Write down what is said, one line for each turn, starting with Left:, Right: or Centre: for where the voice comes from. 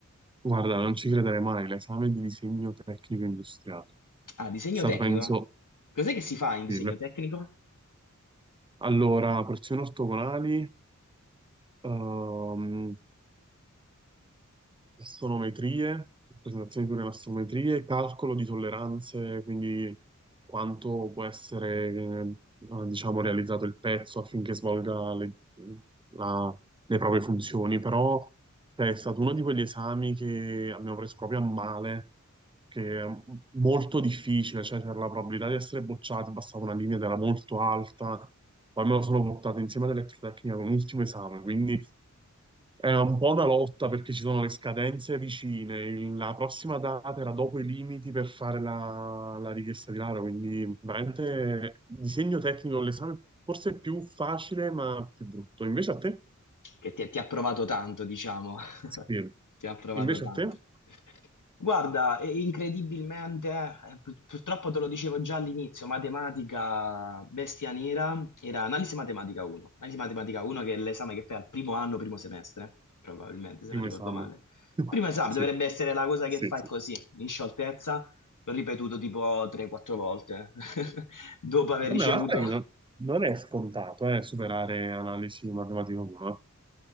Right: Guarda, non ci crederei mai, l'esame di disegno tecnico industriale.
Left: Ah, disegno
Right: È stato,
Left: tecnico?
Right: penso,
Left: Cos'è che si fa
Right: difficile.
Left: in disegno tecnico?
Right: Allora, porzioni ortogonali, ehm, astrometrie, rappresentazioni di astrometrie, calcolo di tolleranze, quindi quanto può essere, eh, diciamo, realizzato il pezzo affinché svolga le, la- le proprie funzioni, però Cioè, è stato uno di quegli esami che abbiamo preso proprio a male, che è molto difficile, cioè c'era la probabilità di essere bocciati, bastava una linea ed era molto alta. Poi me lo sono portato insieme ad elettrotecnica con l'ultimo esame, quindi è un po' una lotta
Left: Mm.
Right: perché
Left: <laughs>
Right: ci sono le scadenze vicine. il- La prossima data era dopo i limiti per fare la, la richiesta di laurea, quindi veramente disegno tecnico l'esame forse è più facile ma più brutto. Invece a te?
Left: che ti, ti ha provato tanto, diciamo. <laughs>
Right: Sì.
Left: Ti ha provato
Right: Invece
Left: tanto.
Right: a te?
Left: Guarda, e- incredibilmente, eh, pur- purtroppo te lo dicevo già all'inizio, matematica bestia nera era analisi matematica 1. Analisi matematica 1 che è l'esame che fai al primo anno, primo semestre, probabilmente, se
Right: Primo
Left: non ricordo
Right: esame.
Left: male.
Right: <laughs>
Left: Primo esame
Right: Sì,
Left: dovrebbe essere la cosa
Right: sì,
Left: che fai
Right: sì.
Left: così, in scioltezza, l'ho ripetuto tipo 3-4 volte, <laughs> dopo aver
Right: Vabbè,
Left: ricevuto...
Right: la realtà è che non, non è scontato, eh, superare analisi matematica 1.